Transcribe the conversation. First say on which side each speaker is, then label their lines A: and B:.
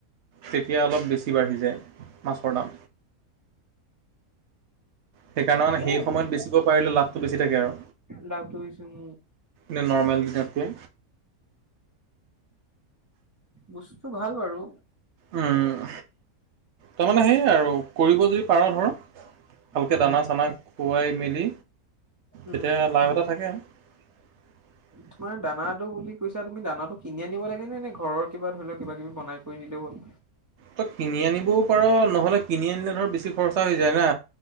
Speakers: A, on the right (about 55°); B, on the right (about 25°).
A: তেতিয়া অলপ বেছি বাঢ়ি যায়, মাছৰ দাম। সেইকাৰণে
B: ঠিকে
A: সেই সময়ত বেছি পাৰিলে লাভটো বেছি থাকে আৰু
B: লাভটো বেছি উম
A: নে নৰ্মেল গিতাতকৈ
B: বস্তুটো ভাল বাৰু।
A: উম, তাৰমানে সেই আৰু কৰিব যদি পাৰ ধৰ ভালকৈ
B: উম
A: দানা চানা খুৱাই মেলি
B: উম
A: যেতিয়া লাভ এটা থাকে হয় <unintelligible>
B: তোমাৰ দানাটো বুলি কৈছা তুমি দানাটো কিনি আনিব লাগে নে ঘৰৰ কিবা ধৰি লও কিবা কিবি বনাই কৰি দিলে হ'ল
A: তই কিনি আনিবও পাৰ নহ'লে কিনি আনিলে ধৰ বেছি খৰচা হৈ যায় না